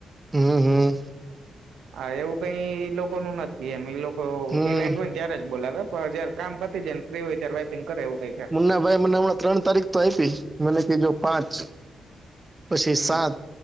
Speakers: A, on the right; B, on the right.
A: હમ હમ
B: હા એવું કઈ ઈ લોકો નું નથી એમ ઈ લોકો તો
A: હમ
B: ઇવેન્ટ હોય ને ત્યારે જ બોલાવે પણ જયારે કામ પતી જાય ને ફ્રી હોય ત્યારે વાઈપિંગ કરે એવું કઈ છે
A: મુન્નાભાઈ મને હમણાં ત્રણ તારીખ તો આપી મ કે જો પાંચ પછી
B: હમ
A: સાત